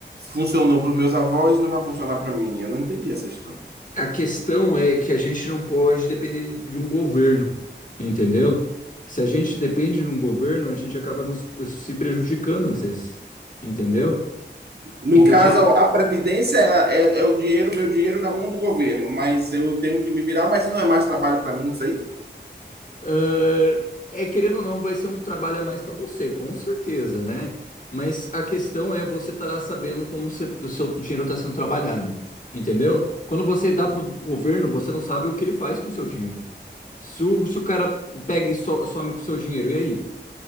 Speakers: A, on the right; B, on the left.
A: funcionou para os meus avós e não vai funcionar para mim? Eu não entendi essa história.
B: A questão é que a gente não pode depender de um governo, entendeu? Se a gente depende de um governo, a gente acaba nos, se prejudicando às vezes, entendeu?
A: No
B: Então,
A: caso,
B: a gente
A: a Previdência ela é, é o dinheiro, meu dinheiro na mão do governo, mas eu tenho que me virar, mas não é mais trabalho para mim isso aí?
B: Ah, É, querendo ou não, vai ser um trabalho a mais para você, com certeza, né? Mas a questão é você tá sabendo como você- o seu dinheiro está sendo trabalhado, entendeu? Quando você dá pro governo, você não sabe o que ele faz com o seu dinheiro. Se o, se o cara pega e so- some com o seu dinheiro, e aí?